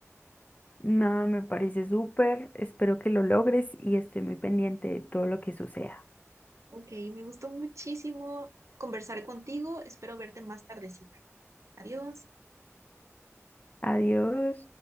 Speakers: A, on the left; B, on the right.
A: Nada, me parece súper, espero que lo logres y estoy muy pendiente de todo lo que suceda.
B: Ok, me gustó muchísimo conversar contigo. Espero verte más tardecita. Adiós.
A: Adiós.